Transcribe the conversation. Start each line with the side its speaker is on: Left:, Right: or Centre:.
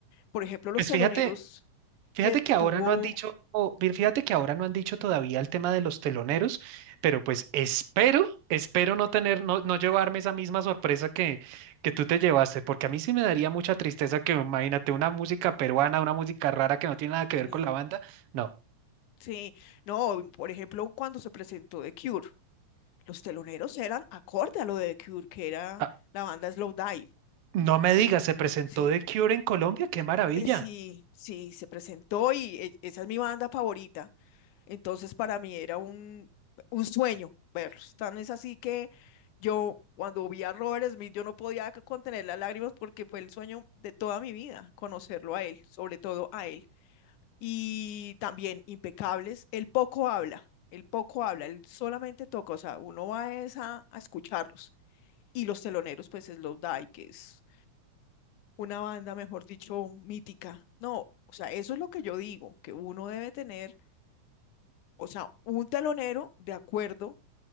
Left: Por ejemplo, los
Right: Pues
Left: teloneros
Right: fíjate, Fíjate
Left: que
Right: que ahora
Left: tuvo
Right: no han dicho, o bien, fíjate que ahora no han dicho todavía el tema de los teloneros, pero pues espero, espero no tener, no, no llevarme esa misma sorpresa que, que tú te llevaste, porque a mí sí me daría mucha tristeza que, imagínate, una música peruana, una música rara que no tiene nada que ver
Left: Sí,
Right: con la banda. No,
Left: sí. No, por ejemplo, cuando se presentó The Cure, los teloneros eran acorde a lo de The Cure, que era
Right: Ah,
Left: la banda Slowdive.
Right: no me digas, se presentó
Left: Sí,
Right: The Cure en Colombia, qué maravilla.
Left: eh, sí, sí, se presentó y e- esa es mi banda favorita. Entonces, para mí era un, un sueño verlos. Tan es así que yo, cuando vi a Robert Smith, yo no podía c- contener las lágrimas porque fue el sueño de toda mi vida, conocerlo a él, sobre todo a él. y también impecables. Él poco habla, él poco habla, él solamente toca, o sea, uno va es a, a escucharlos. Y los teloneros, pues es Slowdive, que es una banda, mejor dicho, mítica. No, o sea, eso es lo que yo digo, que uno debe tener, o sea, un telonero de acuerdo